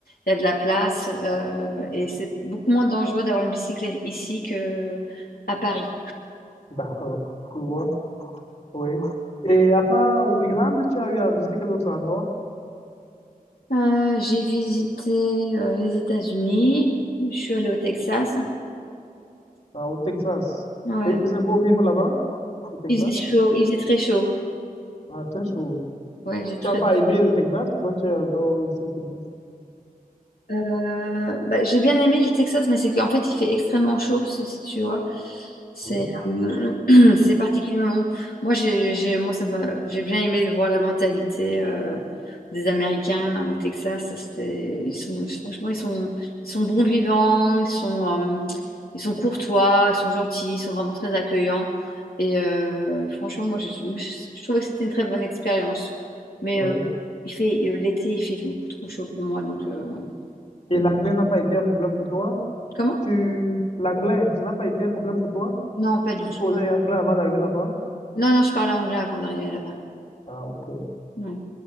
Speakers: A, on the left; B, on the left.
A: il y a de la place. euh, et c'est beaucoup moins dangereux d'avoir une bicyclette ici que à Paris.
B: d'accord. Je vois. Oui. Et à part l'Irlande, tu as eu à visiter quel autre endroit?
A: Euh, j'ai visité euh, les États-Unis. Je suis allée au Texas.
B: Ah, au Texas.
A: Ouais.
B: Et il faisait beau vivre là-bas, au Texas?
A: Il faisait chaud, il faisait très chaud.
B: Ah, très chaud.
A: Ouais, j'ai très.
B: Tu n'as pas aimé le Texas? Pourquoi tu es alors laissé au Texas?
A: Euh, bah, j'ai bien aimé le Texas, mais c'est qu'en fait, il fait extrêmement chaud, si, si tu vois. C'est
B: Oui,
A: euh, <clears throat> c'est particulièrement. Moi, j'ai, j'ai- moi, ça m'a- j'ai bien aimé de voir la mentalité euh, des Américains au Texas. Ça, c'était- ils sont, franchement, ils sont, ils sont bons vivants, ils sont, euh, ils sont courtois, ils sont gentils, ils sont vraiment très accueillants. Et euh, franchement, moi, je, moi, je, je trouvais que c'était une très bonne expérience. Mais
B: oui.
A: euh, il fait, euh, l'été, il fait beaucoup trop chaud pour moi. Donc, euh,
B: Et
A: donc-
B: l'anglais n'a pas été un problème pour toi?
A: comment?
B: Tu, l'anglais, ça n'a pas été un problème pour toi?
A: Non, pas du
B: Tu
A: tout.
B: causais anglais avant d'arriver là-bas?
A: Non, non, je parlais anglais avant d'arriver là-bas.
B: Ah, ok.
A: Ouais.